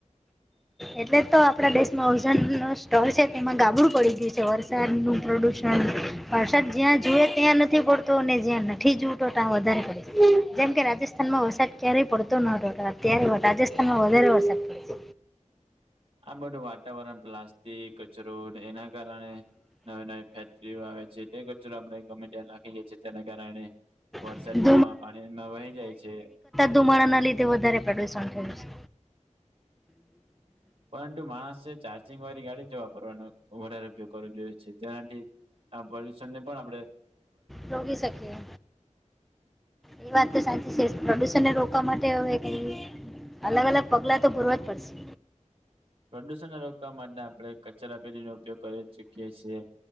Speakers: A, in the centre; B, on the right.
A: એટલે તો આપડા દેશમાં ઓજન ન સ્તર છે, તેમાં ગાબડું પડી ગયું છે, વરસાદનું પ્રદુષણ વરસાદ જ્યાં જુએ ત્યાં નથી પડતો અને જ્યાં નથી જોવતો ત્યાં વધારે પડે જેમ કે રાજસ્થાનમાં વરસાદ ક્યારેય પડતો ન્યારે રાજસ્થાનમાં વધારે વરસાદ પડતો
B: આ બધું વાતાવરણ પ્લાસ્ટિક કચરો એના કારણે નવી નવી ફેક્ટરીઓ આવે છેટ કચ આપણે ગમે નાખી જાય છેી તેના કારણે વરસાદ
A: છે
B: પાણીમાં વહી જાય છે.
A: ધુમાડા ના લીધે વધારે પ્રદુષણ થયું છે.
B: પરંતુ માણસે ચાર્જિંગ વાળી ગાડી જવા પવાનો વધારેયોગ કરવો જોઈએ છે, જેનાથી આ પરલ્યુષણ ને પણ આપડે
A: રોગી શકીએ એ વાત તો સાચી છે, પ્રદૂષણને રોકવા માટે હવે કે અલગ અલગ પગલા તો ભરવા જ પડશે
B: પ્રદુષણ ના રોકવા માટે આપણે કચરા પેટીનો ઉપયોગ કરી ચૂકીએ છીએ.